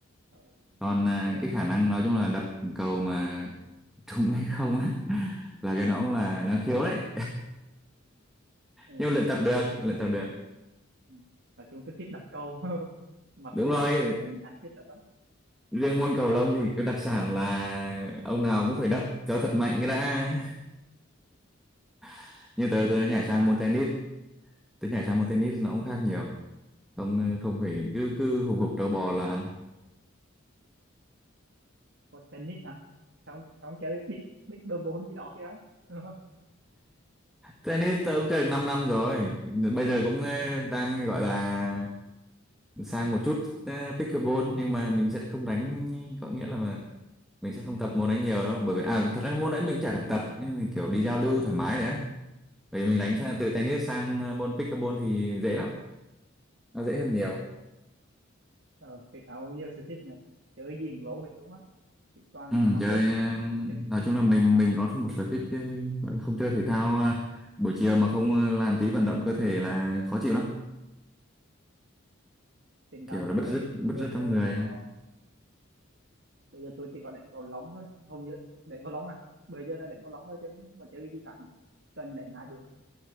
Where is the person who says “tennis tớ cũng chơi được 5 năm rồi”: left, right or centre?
Centre